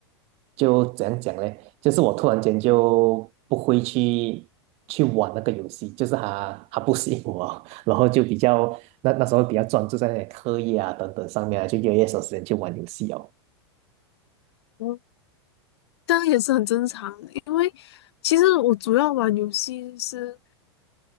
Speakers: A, on the right; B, on the left.
A: 就怎样讲呢？就是我突然间就不会去去玩那个游戏，就是它它不适应我。然后就比较那那时候比较专注在那些课业啊等等上面啊，就越来越少时间去玩游戏哦。
B: 嗯，当然也是很正常的，因为其实我主要玩游戏是